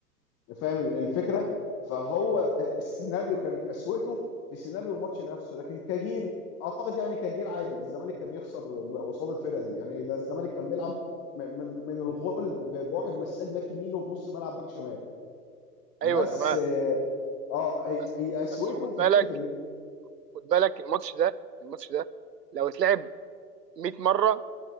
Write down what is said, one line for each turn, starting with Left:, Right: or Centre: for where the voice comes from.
Left: فاهم الفكره فهو السيناريو كانت قسوته في سيناريو الماتش نفسه لكن كجيل اعتقد يعني كجيل عادي الزمالك كان يخسر قصاد الفرقه دي يعني ده الزمالك كان بيلعب م- من من الغول ب- بواحد مساك باك يمين وبنص ملعب باك شمال
Right: ايوه
Left: بس
Right: تمام
Left: اه آه، هي
Right: بس
Left: هي قسوته
Right: بس خد
Left: في
Right: بالك
Left: فكره ان
Right: خد بالك الماتش ده الماتش ده لو اتلعب 100 مره